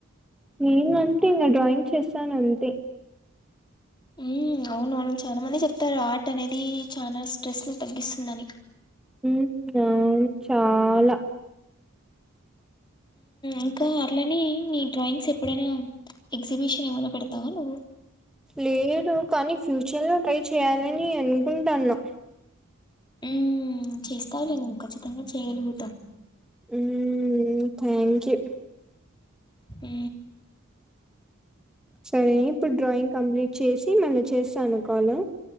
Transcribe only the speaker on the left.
ఉ అవున అవును చాలా మంది చెప్తారు ఆట అనేది చాలా స్ట్రెస్ ని తగ్గిస్తుందని
ఇంకా అట్లనే మీ డ్రాయింగ్స్ ఎప్పుడైనా ఎగ్జిబిషన్ ఏమైనా పెడతావా నువ్వు
ఆ చేస్తావులే నుేవు ఖచ్చితంగా చేయగలుగుతాం
ఊ